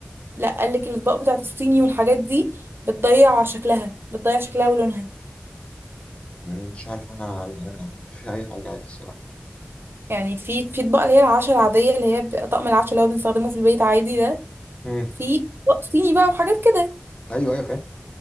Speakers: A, on the right (about 60°); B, on the left (about 25°).
A: لا قال لك الاطباق بتاعت الصيني والحاجات دي بتضيع شكلها بتضيع شكلها ولونها
B: مم، مش عارف انا انا بحط فيها اي حاجة عادي الصراحة
A: يعني في في اطباق اللي هي العشا العاديه اللي هي بيبقى طقم العشا اللي هو بنستخدمه في البيت عادي ده
B: مم.
A: في اطباق صيني بقى وحاجات كده
B: ايوه ايوه فاهم